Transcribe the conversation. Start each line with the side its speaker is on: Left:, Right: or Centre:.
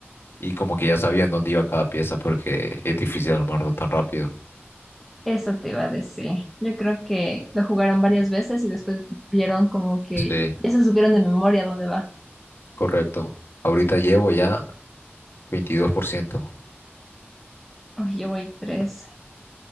Left: y como que ya sabían dónde iba cada pieza porque es difícil armarlo tan rápido.
Centre: Eso te iba a decir. Yo creo que lo jugaron varias veces y después vieron como que
Left: Sí.
Centre: ya se supieron de memoria dónde va.
Left: Correcto. Ahorita llevo ya 22%.
Centre: Uy, yo voy tres.